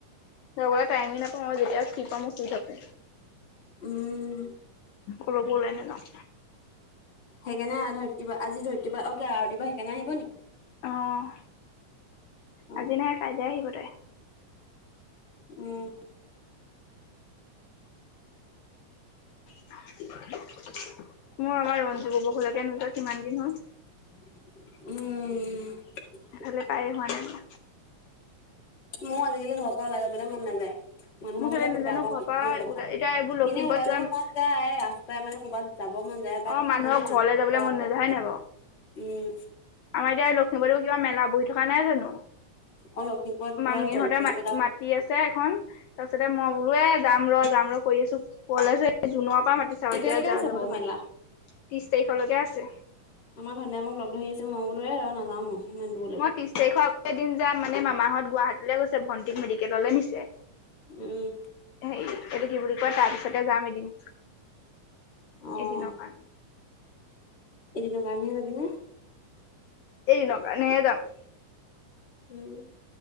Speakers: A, on the left (about 80°); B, on the left (about 30°).
A: যাবলে টাইমে নাপাওঁ মই যেতিয়াই ফ্ৰী পাওঁ মই শুই থাকো।
B: উম
A: কলৈকো উলাই নেযাওঁ।
B: সেইকাৰে ধৰিত্ৰী বা আজি ধৰিত্ৰী বা অ আৰতি বা সেইকানে আহিব নেকি?
A: অহ,
B: অ
A: আজি নাহে কাইলে আহিব তাই।
B: উম।
A: মোৰ আমাৰ ৰঞ্জু ববৌ ঘৰলেকে নোযোৱা কিমান দিন হ'ল।
B: উম।
A: সেইফালে পায়ে হোৱা নাই মই।
B: মও আজিকালি ঘৰৰ পৰা ওলাই যাবলে মন নাযায়। মানুহৰ
A: মোৰ কেলে
B: ঘৰলে গৈ
A: নাজানো
B: বেয়া পাওঁ
A: ঘৰৰ
B: মই
A: পৰা
B: মেইন কথা,
A: ওলাই এতিয়া এইবোৰ লখিমপুৰত
B: এনেই ওলাই
A: কিবা
B: যাব মন যায় ৰাস্তাই মানে ক'ৰবাত যাব মন যায়। বাত
A: অ মানুহৰ
B: মানে
A: ঘৰলে
B: মানুহৰ
A: যাবলৈ মন
B: ঘৰলে
A: নাযায়
B: যাবলে
A: হয় নাই
B: মন
A: বাৰু
B: নাযায়। উম।
A: আমাৰ এতিয়া লখিমপুৰটো কিবা মেলা বহি থকা নাই জানো?
B: অ লখিমপুৰত পুৰা
A: মামীহঁতে
B: জলপৰি
A: মাত
B: মেলা বহিছে
A: মাতি আছে এখন। তাৰপিছতে মই বোলো এ যাম ৰ যাম ৰ কৰি আছোঁ কলে এই জুনৰ পৰা মাতিছে। চ'
B: কেতিয়ালৈকে
A: এতিয়া যাৰ
B: আছে
A: যাবলো
B: বাৰু
A: ভাল,
B: মেলা
A: ত্ৰিশ তাৰিখলৈকে আছে।
B: আমাৰ ভণ্টিয়ে মোক লগ ধৰি আছে মই বোলো এ ৰ নাযাওঁ মই ইমান দূৰলে
A: মই
B: বোলো।
A: ত্ৰিশ তাৰিখৰ আগত এ দিন যাম মানে মামাহঁত গুৱাহাটীলে গৈছে ভণ্টিক মেডিকেললে নিছে।
B: উম।
A: হেৰী এইটো কি বুলি কয় তাৰ পিছতে যাম এদিন,
B: অ
A: এদিনৰ কাৰণে।
B: এদিনৰ কাৰণেহে যাবি নে?
A: এদিনৰ কাৰণেহে যাম।
B: উম।